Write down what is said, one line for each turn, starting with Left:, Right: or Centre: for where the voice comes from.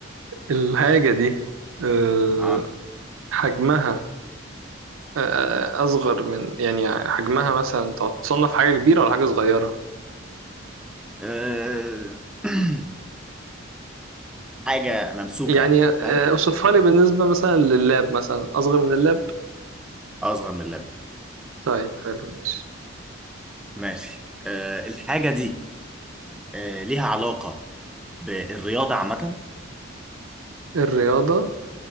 Right: الحاجة دي أه
Centre: اه
Right: حجمها آه، أصغر من يعني حجمها مثلا تصنف حاجة كبيرة ولا حاجة صغيرة
Centre: أه... <clears throat> حاجة ممسوكة
Right: يعني
Centre: يعني
Right: آه،
Centre: فاهم
Right: اوصفها لي بالنسبة مثلا لللاب مثلا أصغر من اللاب
Centre: أصغر من اللاب
Right: طيب حلو ماشي
Centre: ماشي أه الحاجة دي أه ليها علاقة بالرياضة عامة
Right: الرياضة